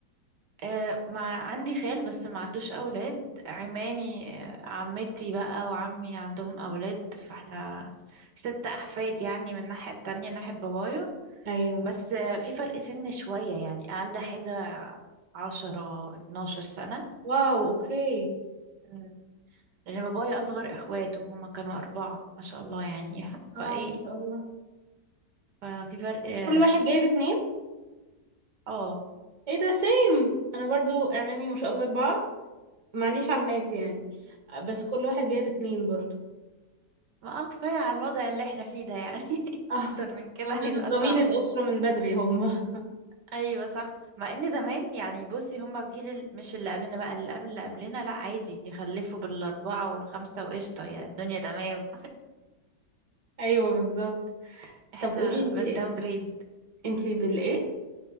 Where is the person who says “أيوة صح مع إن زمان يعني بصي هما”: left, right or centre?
Right